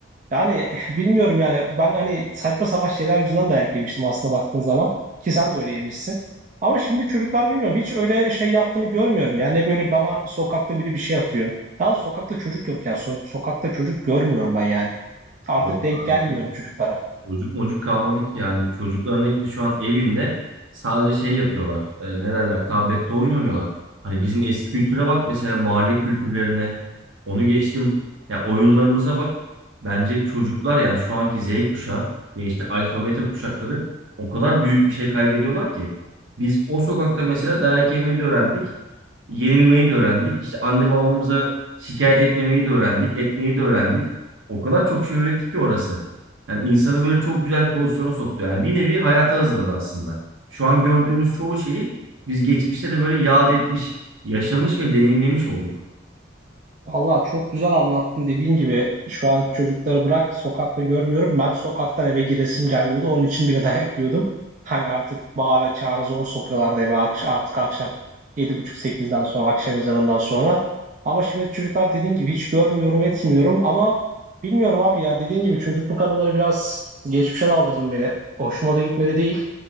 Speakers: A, on the right; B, on the right.
A: yani <laughs> bilmiyorum yani ben hani saçma sapan şeyler yüzünden dayak yemiştim aslında baktığın zaman. Ki sen de öyle yemişsin. Ama şimdi çocuklar bilmiyorum hiç öyle şey yaptığını görmüyorum. Yani böyle bana sokakta biri bir şey atıyor. Daha sokakta çocuk yok ya. So- sokakta çocuk görmüyorum ben yani. Artık
B: Yok
A: denk
B: abi.
A: gelmiyorum çocuklara.
B: Çocuk mocuk kalmadı ki yani. Çocukların hepsi şu an evinde sadece şey yapıyorlar. E, ne derler? Tablette oyun oynuyorlar. Hani bizim eski kültüre bak mesela mahalle kültürlerine. Onu geçtim. Ya oyunlarımıza bak. Bence çocuklar yani şu anki Z kuşağı ve işte alfa beta kuşakları o kadar büyük bir şey kaybediyorlar ki. Biz o sokakta mesela dayak yemeyi de öğrendik yenilmeyi de öğrendik. İşte anne babamıza şikayet etmemeyi de öğrendik, etmeyi de öğrendik. O kadar çok şey öğretti ki orası. Yani insanı böyle çok güzel bir pozisyona soktu. Yani bir nevi hayata hazırladı aslında. Şu an gördüğümüz çoğu şeyi biz geçmişte de böyle yad etmiş, yaşamış ve deneyimlemiş olduk.
A: Vallahi çok güzel anlattın dediğin gibi şu anki çocukları bırak sokakta görmüyorum. Ben sokaktan eve giresim gelmiyordu. Onun için bile <laughs> dayak yiyordum. Hani artık bağıra çağıra zor sokuyorlardı eve akş- artık akşam yedi buçuk 8den sonra akşam ezanından sonra. Ama şimdiki çocuklar dediğin gibi hiç görmüyorum etmiyorum ama bilmiyorum abi ya dediğin gibi çocukluk anıları biraz geçmişe daldırdın beni. Hoşuma da gitmedi değil